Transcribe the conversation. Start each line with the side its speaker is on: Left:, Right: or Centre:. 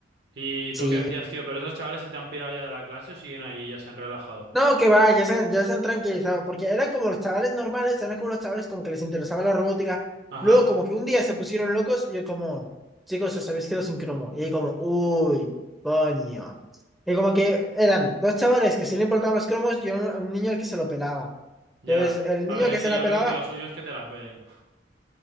Right: ¿Y
Centre: Sí,
Right: tú qué hacías, tío? ¿Pero esos chavales se te han pirado ya de la clase o siguen ahí y ya se han relajado?
Centre: No, que va, ya se, han- ya se han tranquilizado, porque eran como los chavales normales, eran como los chavales como que les interesaba la robótica.
Right: Ajá,
Centre: Luego como que un día se pusieron locos y yo como, chicos, os habéis quedado sin cromo. Y ahí como, uy, coño. Y como que eran dos chavales que sí le importaban los cromos y un, un niño al que se lo pelaba.
Right: ya.
Centre: Entonces, el
Right: A
Centre: niño
Right: ver, es
Centre: que
Right: que
Centre: se la
Right: yo
Centre: pelaba,
Right: creo que lo suyo es que te la pelen. <laughs>